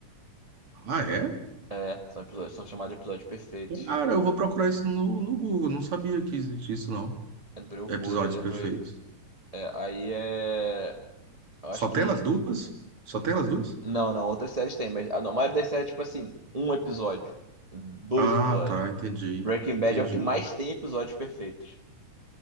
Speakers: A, on the right; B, on the right.
A: Ah, é?
B: É, são episódios, são chamados de episódios perfeitos.
A: Cara, eu vou procurar isso no, no Google. Não sabia que existia isso, não.
B: É loucura
A: Episódios
B: depois.
A: perfeitos.
B: É, aí é, eu
A: Só
B: acho
A: tem
B: que
A: elas duas? Só tem elas duas?
B: não, não, outras séries tem, mas a, a maioria das séries é tipo assim, um episódio, dois
A: Ah,
B: episódios.
A: tá. Entendi.
B: Breaking
A: Entendi.
B: Bad é o que mais tem episódios perfeitos.